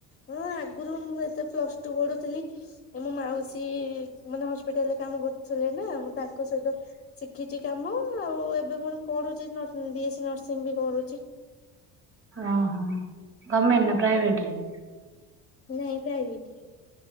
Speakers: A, on the left (about 25°); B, on the right (about 30°).
A: ମୁଁ ଆଗରୁ ମୁଁ ଯେତେ ପ୍ଲସ ଟୁ ପଢୁଥିଲି ମୋ ମାଉସୀ ମାନେ ହସ୍ପିଟାଲରେ କାମ କରୁଥିଲେ ନା ମୁ ତାଙ୍କ ସହିତ ଶିଖିଛି କାମ। ଆଉ ଏବେ ପୁଣି ପଢୁଚି ନର ବି ଏସ୍ ସି ନର୍ସିଂ ବି କରୁଚି।
B: ଓହୋ ଗମେଣ୍ଟ ନା ପ୍ରାଇଭେଟରେ?
A: ନାଇଁ ପ୍ରାଇଭେଟରେ।